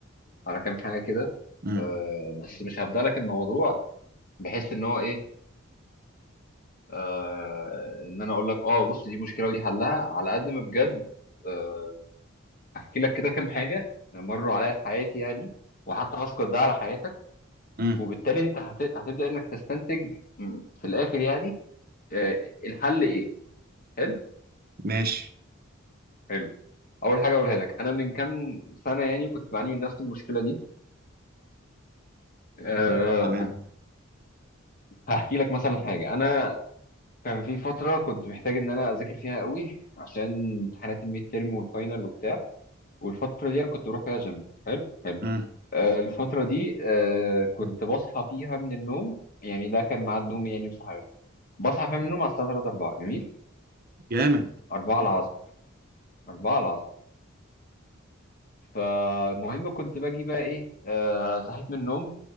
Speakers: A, on the left; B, on the right.
A: على كام حاجه كده
B: امم
A: آه، بس مش هبدأ لك الموضوع بحيث ان هو ايه آه، ان انا اقول لك اه بص دي مشكله ودي حلها على قد ما بجد آه، هحكي لك كده كام حاجه مروا عليا في حياتي يعني وحتى هسقط ده على حياتك
B: امم
A: وبالتالي انت هت... هتبدا انك تستنتج م، في الاخر يعني آه، الحل ايه حلو
B: ماشي
A: حلو اول حاجه اقولها لك انا من كام سنه يعني كنت بعاني من نفس المشكله دي أه
B: تمام
A: هحكي لك مثلا حاجه انا كان في فترة كنت محتاج إن أنا أذاكر فيها قوي عشان امتحانات الميد تيرم والفاينل وبتاع والفترة دي أنا كنت بروح فيها جيم حلو حلو
B: امم
A: آه الفترة دي آه كنت بصحى فيها من النوم يعني ده كان ميعاد نومي يعني وصحيان بصحى فيها من النوم على الساعة 3 4 جميل
B: جامد
A: 4 العصر 4 العصر فالمهم كنت باجي بقى إيه آه صحيت من النوم